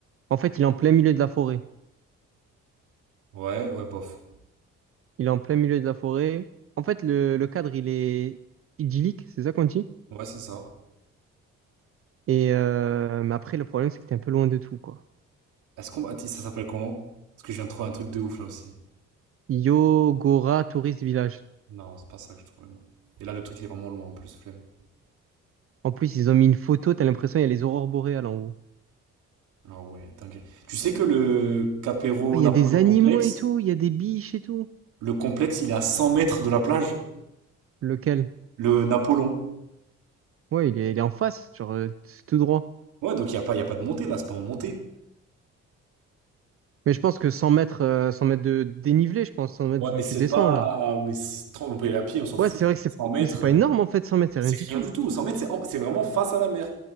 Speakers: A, on the right; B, on the right.
A: En fait, il est en plein milieu de la forêt.
B: Ouais, ouais, bof.
A: Il est en plein milieu de la forêt. En fait, le, le cadre, il est idyllique, c'est ça qu'on dit?
B: Ouais, c'est ça.
A: Et euh, mais après, le problème, c'est que t'es un peu loin de tout, quoi.
B: Est-ce qu'on... Attends, ça s'appelle comment? Parce que je viens de trouver un truc de ouf là aussi.
A: Yogora Tourist Village.
B: Non, c'est pas ça que je trouvais moi. Et là, le truc, il est vraiment loin en plus, flemme.
A: En plus, ils ont mis une photo, t'as l'impression il y a les aurores boréales en haut.
B: Alors ouais, dingue. Tu sais que le Capero
A: Ah, il
B: Napoléon
A: y a des animaux
B: complexe,
A: et tout, il y a des biches et tout.
B: le complexe, il est à 100 mètres de la plage.
A: Lequel?
B: Le Napoléon.
A: Ouais, il est, il est en face, genre euh, c'est tout droit.
B: Ouais, donc il n'y a pas, il y a pas de montée là, c'est pas en montée.
A: Mais je pense que 100 mètres, euh, 100 mètres de dénivelé, je pense, 100 mètres,
B: Ouais,
A: tu,
B: mais c'est
A: tu descends
B: pas.
A: là.
B: Mais c'est 30 la pied, on s'en fout.
A: Ouais, c'est vrai que c'est,
B: cent mètres,
A: mais c'est pas
B: euh,
A: énorme en fait, 100 mètres, c'est
B: c'est
A: rien du
B: rien
A: tout.
B: du tout. cent mètres, c'est en- c'est vraiment face à la mer.